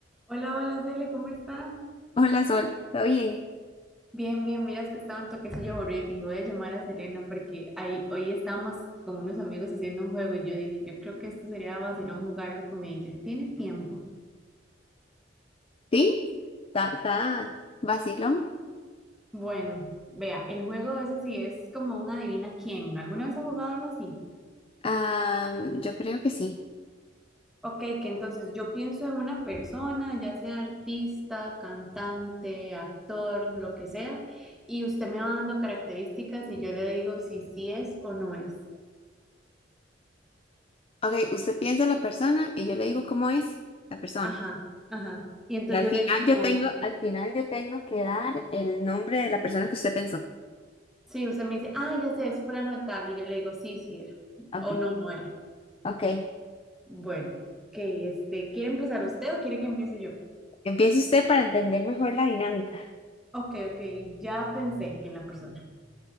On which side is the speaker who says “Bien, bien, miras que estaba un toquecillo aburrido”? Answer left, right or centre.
Centre